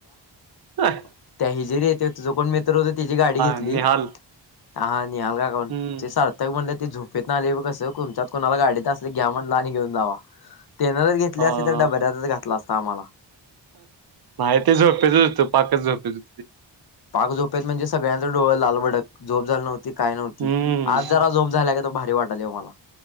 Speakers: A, on the right; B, on the left.
A: हा
B: <unintelligible> त्या हिजेडी येतेत तुझं कोण मित्रं होतं तेची गाडी घेतली,
A: निहाल
B: <unintelligible>
A: हम्म
B: ते साथर्क म्हणले ते झोपेतनं आलेय ब कसं कोमच्यात कोणाला गाडीत अस घ्या म्हण् लाणी घेऊन जावा तेनं, जर घेतले
A: हा
B: असती तर डबऱ्यातच घातला असता आम्हाला
A: नाही ते, झोपेतच होतं पाकच झोपेत
B: पाक झोपेत डोळ लालबडक, झोप झालं नव्हती काय नव्हती.
A: हम्म
B: आज जरा झोप झालागट गद तो भारी वाटली हो मला